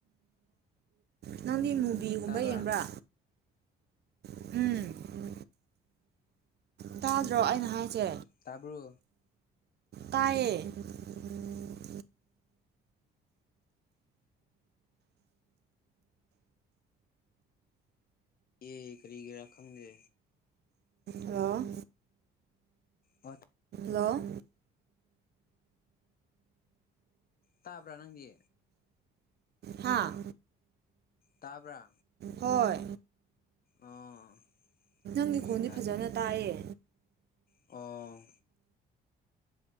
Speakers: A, on the right (about 55°); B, on the left (about 50°).
A: ꯅꯪꯗꯤ ꯃꯨꯕꯤꯒꯨꯝꯕ
B: ꯇꯥꯕ꯭ꯔꯥ
A: ꯌꯦꯡꯕ꯭ꯔꯥ ꯎꯝ ꯇꯥꯗ꯭ꯔꯣ ꯑꯩꯅ ꯍꯥꯏꯖꯦ
B: ꯇꯥꯕ꯭ꯔꯣ
A: ꯇꯥꯢꯌꯦ <inaudible>
B: ꯑꯦ ꯀꯔꯤꯒꯤꯔꯥ ꯈꯪꯗꯦ
A: ꯍꯜꯂꯣ
B: ꯍꯣꯏ
A: ꯍꯜꯂꯣ
B: ꯇꯥꯕ꯭ꯔꯥ ꯅꯪꯒꯤ
A: ꯍꯥꯥ
B: ꯇꯥꯕꯔꯥ
A: ꯍꯣꯏ
B: ꯑꯣ
A: ꯅꯪꯒꯤ
B: ꯍꯧꯖꯤꯛ
A: ꯈꯣꯟꯗꯤ
B: ꯇꯥꯏ
A: ꯐꯖꯅ ꯇꯥꯏꯌ‌ꯦ
B: ꯑꯣ